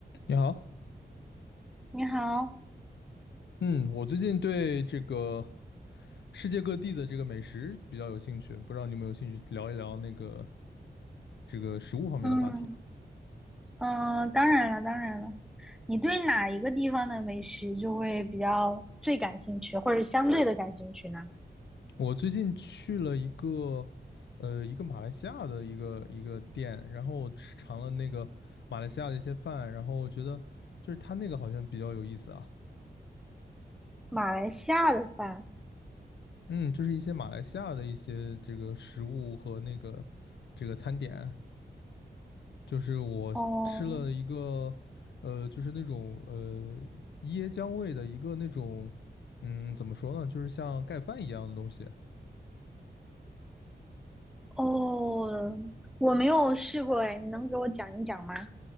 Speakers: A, on the left; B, in the centre.
A: 你好，
B: 你好，
A: 嗯，我最近对这个世界各地的这个美食比较有兴趣，不知道你有没有兴趣聊一聊那个这个食物方面的话题啊？
B: 嗯嗯，当然了，当然了。你对哪一个地方的美食就会比较最感兴趣，或者相对的感兴趣呢？
A: 我最近去了一个呃一个马来西亚的一个一个店，然后我吃尝了那个马来西亚的一些饭，然后我觉得就是它那个好像比较有意思啊，
B: 马来西亚的饭，
A: 嗯，就是一些马来西亚的一些这个食物和那个这个餐点，就是我吃了一个，
B: 哦
A: 呃，就是那种呃椰浆味的一个那种，嗯，怎么说呢，就是像盖饭一样的东西，
B: 哦，我没有试过哎，你能给我讲一讲吗？